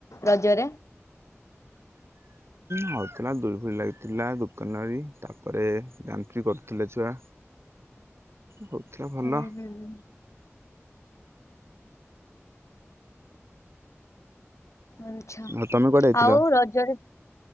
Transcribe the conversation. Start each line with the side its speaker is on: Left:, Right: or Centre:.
Left: ରଜରେ
Right: ହଉଥିଲା ଦୋଳି ଫୋଳି ଲାଗିଥିଲା, ଦୋକାନ ବାଡ଼ି ତାପରେ ଡ୍ୟାନସ ବି କରୁଥିଲେ ଛୁଆ। ହଉଥିଲା ଭଲ।
Left: ହୁଁ ହୁଁ। ଆଚ୍ଛା,
Right: ଆଉ ତମେ କୁଆଡେ ଯାଇଥିଲ?
Left: ଆଉ ରଜରେ